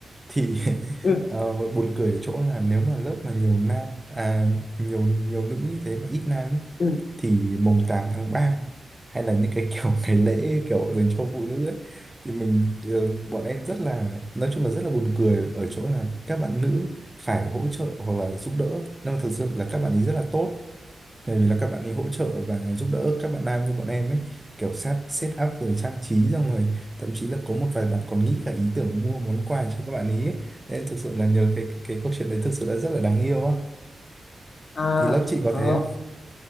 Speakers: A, on the right (about 15°); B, on the left (about 65°).
A: thì <laughs>
B: ừ ừ
A: ờ, buồn cười ở chỗ là nếu mà lớp mà nhiều nam à nhiều nhiều nữ như thế mà ít nam ấy
B: ừ
A: thì mùng 8 tháng 3 hay là những cái kiểu <laughs> ngày lễ kiểu dành cho phụ nữ ấy, thì mình ờ, bọn em rất là nói chung là rất là buồn cười ở chỗ là các bạn nữ phải hỗ trợ hoặc là giúp đỡ nhưng mà thực sự là các bạn ấy rất là tốt bởi vì là các bạn ấy hỗ trợ và giúp đỡ các bạn nam như bọn em ấy kiểu set set
B: Ừ.
A: up rồi trang trí xong rồi thậm chí là có một vài bạn còn nghĩ cả ý tưởng mua món quà cho các bạn ý ấy. nên thực sự là nhờ cái cái, cái câu chuyện đấy thực sự là rất là đáng yêu á
B: À,
A: thì lớp chị có
B: ờ,
A: thế không